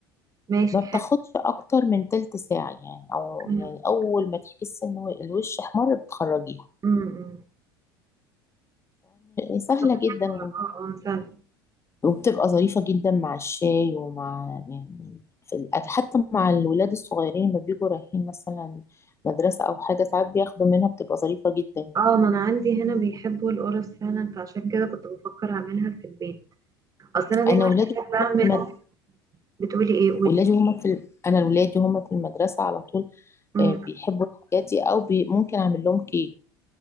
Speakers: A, on the right (about 30°); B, on the left (about 20°).
A: ماشي
B: ما بتاخدش
A: حلو
B: اكتر من تلت ساعه يعني او
A: امم
B: يعني اول ما تحس ان الوش احمر بتخرجيها
A: امم امم.
B: فسهله
A: طب
B: جدا
A: اه اه سهل
B: وبتبقى ظريفة جدا مع الشاي ومع يعني في الأكل حتى مع الولاد الصغيرين لما بيجوا رايحين مثلا مدرسة أو حاجة ساعات بياخدوا منها بتبقى ظريفة جدا يعني
A: اه ما انا عندي هنا بيحبوا القرص فعلا فعشان كده كنت بفكر اعملها في البيت اصل انا دايما
B: أنا ولادي
A: بحب اعمل
B: هما في المد...
A: بتقولي ايه قولي
B: ولادي هما في ال... أنا ولادي هما في المدرسة على طول
A: امم
B: آه، بيحبوا الحاجات دي أو بي... ممكن أعمل لهم كيك